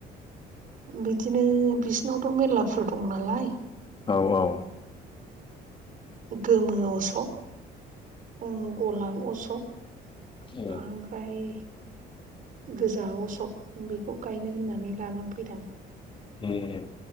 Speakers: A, on the right (about 50°); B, on the left (about 30°).
A: बिदिनो बिसिनावथ' मेर्ला फुल दं नालाय
B: औ औ
A: ओ गोमो असौ औ गलाब अशक
B: ए
A: ओमफ्राय गोजा अशक बेखौ गायनो होननानै लानानै फैदों आ
B: ए